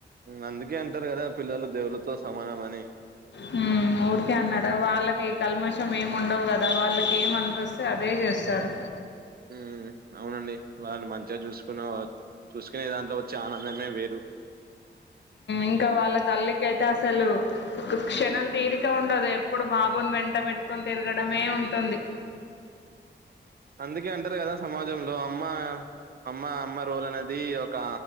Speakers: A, on the right (about 55°); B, on the left (about 70°).
A: అందుకే అంటారు కదా పిల్లలు దేవులుతో సమానమాని
B: మ్మ్ ఊరికే అన్నారా వాళ్ళకి కల్మషం ఏమి ఉండవు కదా వాళ్ళకి ఏం అనిపిస్తే అదే చేస్తారు
A: ఉ అవునండి వాళ్ళని మంచిగా చూసుకున్న చూసుకునే దాంట్లో వచ్చే ఆనందమే వేరు
B: ఇంకా వాళ్ళ తల్లికైతే అసలు క్షణం తీరిక ఉండదు ఎప్పుడు బాబుని వెంట పెట్టుకొని తిరగడమే ఉంటుంది
A: అందుకే అంటారు కదా సమాజంలో అమ్మ అమ్మ అమ్మ రోల్ అనేది ఒక